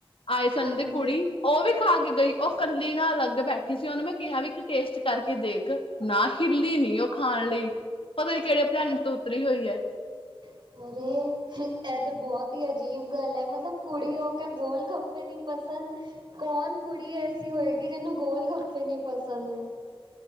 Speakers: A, on the left (about 65°); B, on the right (about 50°).
A: ਆਈ ਸੀ ਓਨਾ
B: ਹਾਂਜੀ
A: ਦੀ ਕੁੜੀ ਓ ਵੀ ਖਾ ਕੇ ਗਈ ਓ ਕੱਲੀ ਨਾਲ ਅਲੱਗ ਬੈਠੀ ਸੀ ਓਨੂੰ ਮੈਂ ਕਿਹਾ ਵੀ ਇੱਕ ਟੇਸਟ ਕਰਕੇ ਦੇਖ ਨਾ ਹਿੱਲੀ ਨੀ ਓ ਖਾਣ ਲਈ। ਪਤਾ ਵੀ ਕੇੜੇ ਪਲੈਨੇਟ ਤੋਂ ਉੱਤਰੀ ਹੋਈ ਐ।
B: <unintelligible> ਅਰੇ ਐ ਤਾਂ ਬੋਤ ਹੀ ਅਜੀਬ ਗੱਲ ਏ ਮਤਲਬ ਕੁੜੀ ਹੋ ਕੇ ਗੋਲਗੱਪੇ ਨੀ ਪਸੰਦ। ਕੌਣ ਕੁੜੀ ਐਸੀ ਹੋਏਗੀ ਜੀਨੂੰ ਗੋਲਗੱਪੇ ਨੀ ਪਸੰਦ ਨੇ।